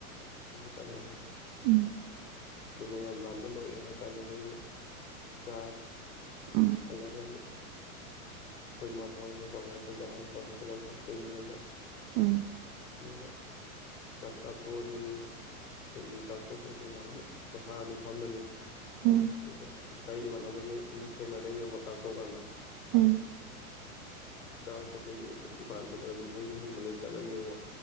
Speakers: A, on the left; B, on the right.
A: ꯀꯥꯅꯕꯅꯤ꯫
B: ꯎꯝ꯫
A: ꯑꯗꯨ ꯃꯌꯥꯝ ꯂꯥꯟꯕ ꯂꯣꯏꯔꯦ ꯍꯥꯏ ꯀꯥꯟꯗ ꯑꯩꯈꯣꯏ ꯑꯃꯨꯛ ꯆꯥꯔꯦ꯫
B: ꯎꯝ
A: ꯄꯂꯒ ꯑꯃꯨ ꯈꯣꯏ ꯃꯥ ꯍꯣꯏ ꯃꯣꯏ ꯃꯤ ꯍꯣꯏ <unintelligible>
B: ꯎꯝ꯫
A: ꯑꯗꯨꯒ ꯆꯥꯛ ꯆꯥꯊꯣꯛꯑꯅꯤ ꯑꯗꯨꯒ ꯆꯥꯛ ꯇꯣꯛꯄꯒꯤ ꯉꯥꯏꯍꯥꯛꯃꯨꯛ ꯄꯣꯊꯥꯔꯅꯤ ꯐꯝꯃꯅꯤ꯫
B: ꯎꯝ
A: ꯑꯗꯨꯒ ꯂꯩꯀꯥꯏ ꯏꯃꯥꯅꯕꯒ <unintelligible> ꯑꯃꯨꯛ ꯊꯦꯡꯅꯗꯣꯏꯅꯦꯕꯀꯣ ꯆꯥꯛꯇꯣꯛꯑꯀꯥꯟꯗ
B: ꯎꯝ꯫
A: ꯆꯥꯛ ꯊꯣꯛꯄꯣꯏꯒꯤ ꯗꯨꯀꯥꯟ ꯈꯗꯒ ꯑꯗꯨꯝ ꯍꯩ ꯃꯍꯤꯒꯨꯝꯕ ꯂꯩ ꯆꯠꯂꯅꯦꯕ